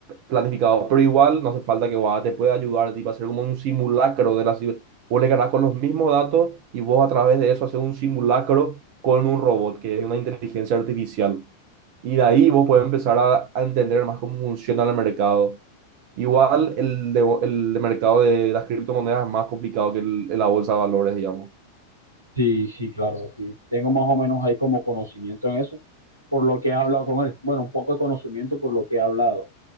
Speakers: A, on the right; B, on the right.
A: planificado, pero igual no hace falta que vos te pueda ayudar, tipo, hacer como un simulacro de la ciber- Vos le cargas con los mismos datos y vos a través de eso haces un simulacro con un robot, que es una inteligencia artificial. Y de ahí vos puedes empezar a, a entender más cómo funciona el mercado. Igual el, de- el mercado de las criptomonedas es más complicado que el, la bolsa de valores, digamos. Mm,
B: Sí, sí, claro. sí. Tengo más o menos ahí como conocimiento en eso, por lo que he hablado con él. Bueno, un poco de conocimiento por lo que he hablado.